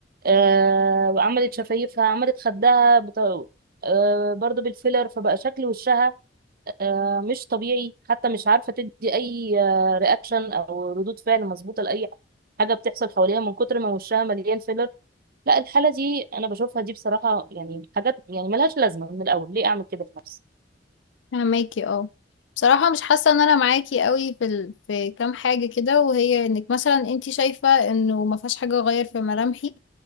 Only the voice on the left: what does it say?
فهماكي اه بصراحة مش حاسة ان انا معاكي قوي في ال... في كام حاجة كده وهي انك مثلا انتي شايفة انه ما فيهاش حاجة اغير في ملامحي